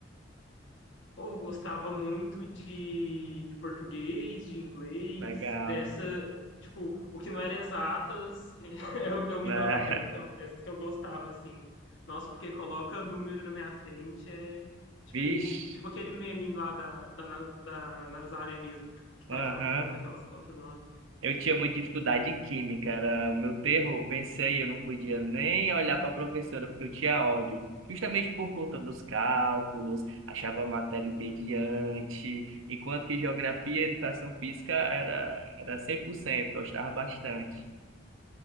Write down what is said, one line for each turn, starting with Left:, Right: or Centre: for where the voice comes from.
Left: Ou gostava muito de, de português, de inglês,
Right: Legal,
Left: dessa, tipo, o que não era exatas, <laughs> eu, eu me
Right: né?
Left: dava bem. Então, dessas que eu gostava, assim. Nossa, porque coloca número na minha frente, é tipo,
Right: <laughs> Vixe,
Left: tipo aquele meme lá da, da, Na- da Nazaré mesmo, tipo, que tá
Right: aham.
Left: aquela- fazendo aquelas contas lá.
Right: Eu tinha muita dificuldade de química, era o meu terror. Pensei, eu não podia nem olhar para a professora porque eu tinha ódio. Justamente por conta dos cálculos, achava a matéria entediante,
Left: Uhum.
Right: enquanto que geografia e educação física era, era 100% gostava bastante.